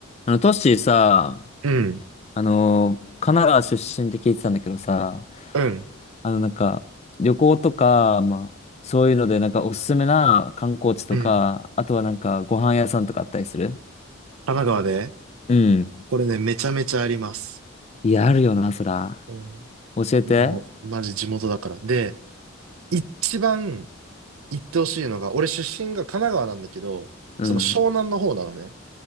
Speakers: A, on the left; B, on the right.
A: あの、トッシーさ、
B: うん、
A: あの、神奈川出身って聞いてたんだけどさ、
B: うん、
A: あの、なんか、旅行とか、まあ、そういうので、なんか、おすすめな観光地とか、
B: うん。
A: あとはなんか、ご飯屋さんとかあったりする
B: 神奈川で
A: うん。
B: これね、めちゃめちゃあります。
A: いや、あるよな、そら。
B: うん。
A: 教えて。
B: もう、マジ地元だから。で、一番行ってほしいのが、俺出身が神奈川なんだけど、
A: うん。
B: その湘南の方なのね。